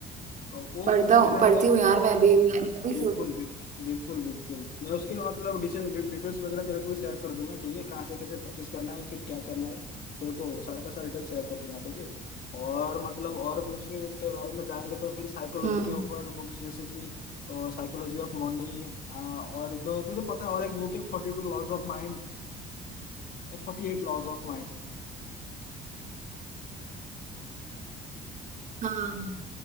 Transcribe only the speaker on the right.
पढ़ता
हूँ
पढ़ती हूँ यार मैं भी मैं, मैं भी
सोच
हम्म
हाँ